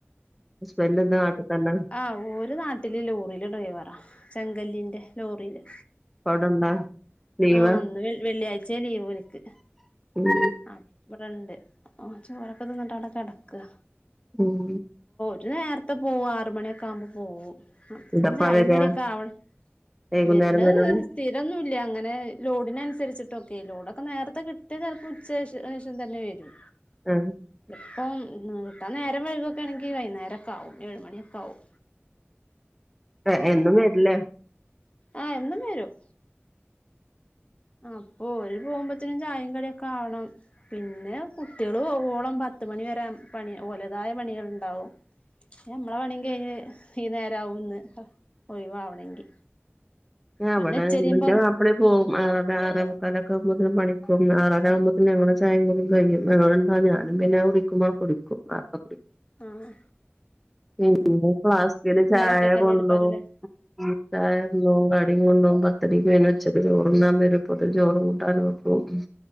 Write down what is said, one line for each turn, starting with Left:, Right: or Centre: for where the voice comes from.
Centre: ഹസ്ബൻഡ് എന്താ നാട്ടിൽ തന്നെ
Left: ആഹ് ഓര് നാട്ടില് ലോറിയിലെ ഡ്രൈവറാ ചെങ്കല്ലിൻ്റെ ലോറിയില്.
Centre: ഇപ്പ അവിടെണ്ടാ ലീവാ
Left: ആഹ് ഇന്ന് വെള്ളിയാഴ്ച ലീവോല്ക്ക്
Centre: ഉം
Left: ആഹ് ഇവിടണ്ട് ഓ ചോറൊക്കെ തിന്നിട്ട് അവിടെ കെടക്ക്വാ
Centre: ഉം
Left: വര് നേരത്തെ പോവു ആറ് മണിയൊക്കെ ആവ്മ്പ പോവും. അതും
Centre: എന്തപ്പളാ
Left: ചായും
Centre: വരാ
Left: കടിയൊക്കെ ആവണം.
Centre: വൈകുന്നേരം
Left: വര്ണത്
Centre: വരോ
Left: ഒരു സ്ഥിരൊന്നുല്ല അങ്ങനെ, ലോഡിനന്സരിച്ചിട് ട്ടൊക്കെ. ലോഡൊക്കെ നേരത്തെ കിട്ടിയാ ചിലപ്പോ ഉ ശേഷ ശേഷം തന്നെ വരും
Centre: ആഹ്
Left: അപ്പം കിട്ടാ നേരം വൈകൊക്കാണെങ്കി വൈകുന്നേരൊക്കെ ആവും. ഏഴ്മണിയൊക്കെ ആവും.
Centre: ഏ എന്നും വെര്ല്ലേ.
Left: ആ എന്നും. വരും. അപ്പൊ ഓല് പോകുമ്പോത്തിനും ചായും കടിയൊക്കെ ആവണം പിന്നെ കുട്ടികള് പോകോളം പത്തുമണി വരാ പണി ഓലതായ പണികൾ ഉണ്ടാവും പിന്ന നമ്മളെ പണിയും കഴിഞ്ഞ് വൈന്നേരാവും ഒന്ന് ഒഴിവാവണെങ്കി.
Centre: ആവിടണ്ട്
Left: പിന്നെ ഉച്ചരിയുമ്പോ
Centre: ന്റെ മാപ്പ്ളി പോവും. ആറര ആറേമുക്കാലൊക്കെ ആവുമ്പോത്തിന് പണിക്കോകും ആറര ആകുമ്പോത്തിന് ഞങ്ങള ചായയും കുടിം കഴിയും. ഞങ്ങള് രണ്ടാളും ഞാനും പിന്നെ അത് കുടിക്കുമ്പോ ആണ്ട് കുടിക്കും അപ്പൊ പി
Left: ആഹ്
Centre: <unintelligible> ഫ്ലാസ്ക്കില് ചായ
Left: ഒറ്റക്കന്നെ
Centre: കൊണ്ടോക്കും
Left: എടുക്കാറില്ലേ
Centre: ഉം ചായണ്ടോക്കും കടിം കൊണ്ടോക്കും മ്പ അത്രനക്ക് അെ ഉച്ചക്ക് ചോറന്താന്ന് വരപ്പൊ ചോറും കൂട്ടാൻ നോക്കും